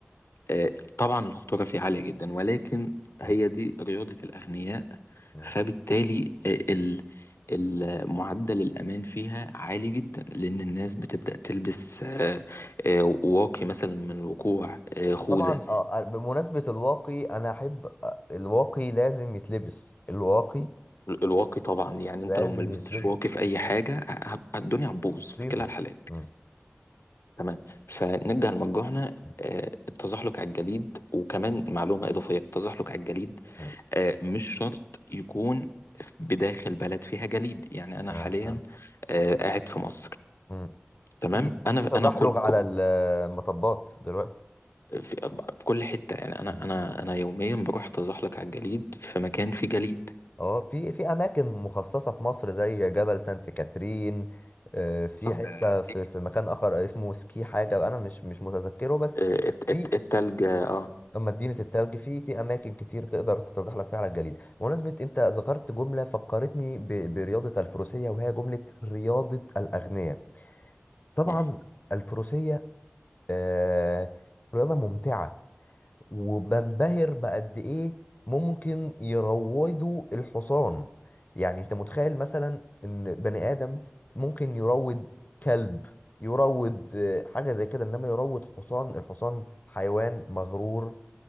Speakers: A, on the left; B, on the left.
A: آه، طبعا الخطورة فيه عالية جدا ولكن هي
B: م-
A: دي رياضة الأغنياء
B: م.
A: فبالتالي آه، ال ال- معدل الأمان فيها عالي جدا لأن الناس بتبدأ تلبس آه، آه، واقي مثلا من الوقوع آه، خوذة
B: طبعا آه، آه، بمناسبة الواقي انا احب آه، الواقي لازم يتلبس الواقي
A: ال- الواقي طبعا يعني
B: لازم
A: أنت لو ما لبستش
B: يتلبس
A: واقي في أي حاجة هب- الدنيا هتبوظ
B: مصيبة
A: في كلا الحالات
B: م-
A: تمام فنرجع لمرجوعنا
B: م-
A: آه، التزحلق على الجليد وكمان معلومة إضافية التزحلق على الجليد
B: م.
A: آه، مش شرط يكون بداخل بلد فيها جليد يعني انا
B: نعم
A: حاليا
B: نعم
A: آه، قاعد في مصر
B: م.
A: تمام
B: في
A: انا
B: في تزحلق
A: انا كل كل-
B: على المطبات دلوقتي
A: في في كل حته يعني انا
B: م-
A: انا انا يوميا بروح اتزحلق على الجليد في
B: م.
A: مكان فيه جليد
B: اه في في اماكن مخصصه في مصر زي جبل سانت كاترين آه، في
A: صح
B: حته
A: آه،
B: في في مكان اخر اسمه سكي حاجه انا مش مش متذكره بس
A: آه، الت-
B: في
A: الت- التلج اه
B: مدينه التلج في في اماكن كتير تقدر تتزحلق فيها على الجليد بمناسبه انت ذكرت جمله فكرتني ب- برياضه الفروسيه وهي جمله رياضه الاغنياء طبعا
A: مم.
B: الفروسيه آه، رياضه ممتعه وبنبهر بقد ايه ممكن يروضوا الحصان يعني انت متخيل مثلا ان بني ادم ممكن يروض كلب يروض آه، حاجه زي كده انما يروض حصان الحصان حيوان مغرور